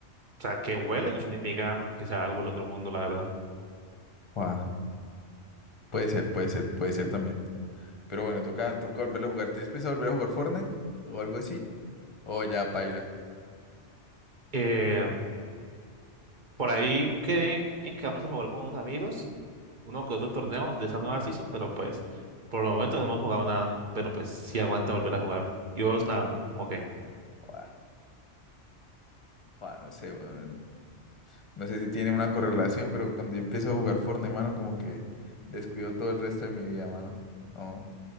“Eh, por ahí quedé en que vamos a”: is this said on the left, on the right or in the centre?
Right